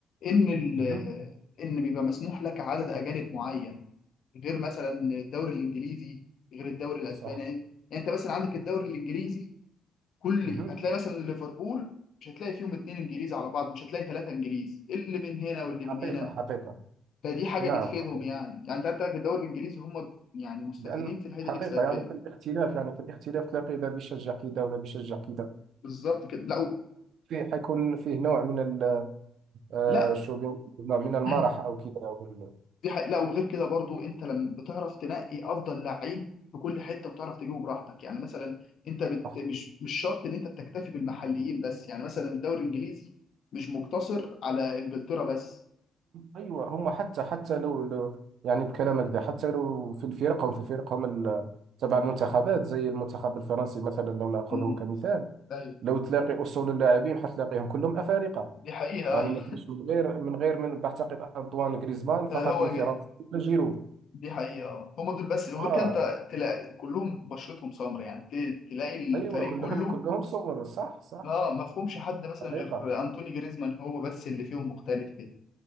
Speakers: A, on the left; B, on the right.
A: إن ال...
B: مهم.
A: إن بيبقى مسموح لك عدد أجانب معين غير مثلا الدوري الإنجليزي غير الدوري الأسباني
B: صح
A: يعني يعني أنت مثلا عندك الدوري الإنجليزي كل
B: مهم.
A: هتلاقي مثلا ليفربول مش هتلاقي فيهم اتنين انجليز على بعض مش هتلاقي ثلاثه انجليز اللي من هنا واللي
B: حقيقه
A: من هنا
B: حقيقه
A: فدي حاجه
B: نعم
A: بتفيدهم
B: حقيقه
A: يعني يعني انت عندك الدوري الانجليزي هم يعني مستفيدين
B: لان
A: في الحته
B: حقيقه
A: دي بسبب
B: يعني
A: كده
B: في الاختلاف يعني في الاختلاف تلاقي ذا بيشجع كذا وذا بيشجع كذا
A: بالظبط كده لا و-
B: فحيكون فيه نوع من ال- آه،
A: لا
B: شو بيقولوا، نوع من المرح
A: <clears throat>
B: او كذا أو بال-
A: دي حق... لا وغير كده برضو انت لما بتعرف تنقي افضل لعيب في كل حته وتعرف تجيبه براحتك يعني مثلا انت بت...
B: صح
A: مش مش شرط ان انت بتكتفي بالمحليين بس يعني مثلا الدوري الانجليزي مش مقتصر على انجلترا بس
B: ايوه هم حتى حتى لو, لو يعني بكلامك ده حتى لو في الفرق هم في الفرق هم ال- تبع المنتخبات
A: مم.
B: زي المنتخب الفرنسي مثلا لو ناخذه
A: مم.
B: كمثال
A: ايوه
B: لو تلاقي اصول اللاعبين حتلاقيهم كلهم افارقه
A: دي حقيقه
B: يعني
A: آه،
B: ما فيش من غير من غير من بعتقد انطوان غريزمان فقط
A: آه، هو
B: لفرنسا
A: جاي
B: ولا جيرو
A: دي حقيقة آه. هما دول بس وغير
B: اه
A: كده انت تلاقي كلهم بشرتهم سمر يعني ت- تلاقي
B: ايوه
A: الفريق
B: كلهم
A: كله
B: كلهم صور صح صح
A: اه ما فيهمش حد مثلا
B: حقيقه
A: غير انطوني جريزمان هو بس اللي فيهم مختلف كده